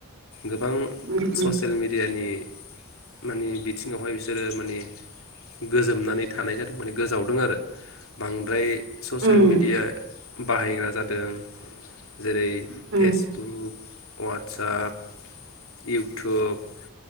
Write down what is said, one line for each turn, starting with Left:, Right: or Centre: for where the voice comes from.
Left: गोबां
Right: उम उम
Left: ससियेल मेडियानि माने बिथिङावहाय बिसोरो माने गोजोमनानै थानाय जादों माने गोजावदों आरो बांद्राय ससेेल
Right: उम
Left: मिडिया बाहायग्रा जादों जेरै
Right: उम
Left: फेसबुक अवाट्सएप, इउटउब